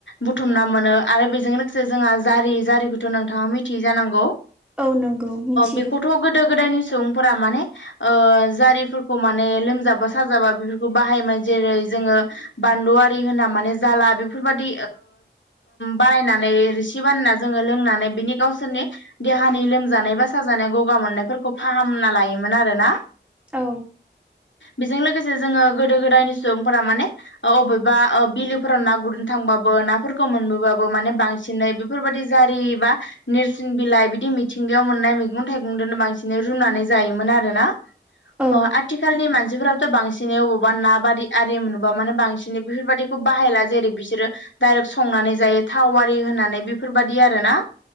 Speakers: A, on the left; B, in the centre.
A: बुथुमना मोनो आरो बेजों लोगोसे जोंहा जारि जारिखौथ' नोंथांङा मिथियै जानांगौ
B: औ नंगौ मिथियो
A: बेखौथ' गोदो गोदायनि सुबुंफोरा माने जारिफोरखौ माने लोमजाबा साजाबा बेफोरखौ बाहायोमोन जेरै जोङो बानलुआरि होनना माने जाला बे बेफोर बायदि बारायनानै रिसि बानायना जोंङो लोंनानै बिनि गावसोरनि देहानि लोमजानाय बा साजानाय गगा मोननायफोरखौ फाहामना लायोमोन आरो ना
B: औ
A: बेजों लोगोसे जोंङो गोदो गोदायनि सुबुंफोरा माने बबेबा बिलोफोरा ना गुरनो थांबाबो नाफोरखौ मोनबोबाबो माने बांसिनै बेफोरबायदि जारि बा नेरसिन बिलाइ बिदि मिथिंगायाव मोननाय मैगं थाइगंजोंनो बांसिन रुनानै जायोमोन आरोना अ
B: औ
A: आथिखालनि मानसि मानसिफोराथ' बांसिनै अबावबा बारि आरि मोनोबा माने बांसिनै बेफोरबायाददिखौ बाहायला जेरै बि बिसोरो डायरेक्ट संनानै जायो थावारि होनानै बेफोरबायाददि आरो ना